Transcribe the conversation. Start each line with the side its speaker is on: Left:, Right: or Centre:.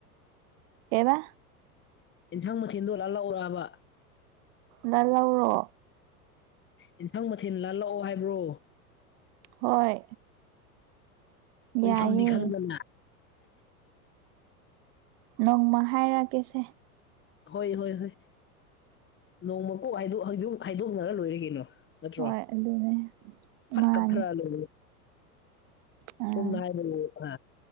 Right: ꯀꯩꯌꯦꯕꯥ
Left: ꯌꯦꯟꯁꯥꯡ ꯃꯊꯦꯜꯗꯣ ꯂꯥꯜꯂꯛꯎꯔꯛꯑꯕ
Right: ꯂꯥꯜꯂꯧꯔꯣ
Left: ꯌꯦꯟꯁꯪ ꯃꯊꯦꯜ ꯂꯥꯜꯂꯛꯑꯣ ꯍꯥꯏꯕ꯭ꯔꯣ
Right: ꯍꯣꯏ
Left: ꯂꯩꯐꯝꯗꯤ
Right: ꯌꯥꯏꯌꯦ
Left: ꯈꯪꯗꯅ
Right: ꯅꯣꯡꯃ ꯍꯥꯏꯔꯛ ꯀꯦꯁꯦ
Left: ꯍꯣꯏ ꯍꯣꯏ ꯍꯣꯏ ꯅꯣꯡꯃꯀꯣꯛ ꯍꯥꯏ ꯍꯥꯏꯗꯣꯛ ꯍꯥꯏꯗꯣꯛꯅꯔ ꯂꯣꯏꯔꯦ ꯀꯩꯅꯣ ꯅꯠꯇ꯭ꯔꯣ
Right: ꯍꯣꯏ ꯑꯗꯨꯅꯦ
Left: ꯐꯠ
Right: ꯃꯥꯅꯦ
Left: ꯀꯥꯞꯈꯠꯂ ꯂꯣꯢꯔꯦ
Right: ꯑꯥ
Left: ꯁꯣꯝꯅ ꯍꯥꯏꯕꯗ ꯑ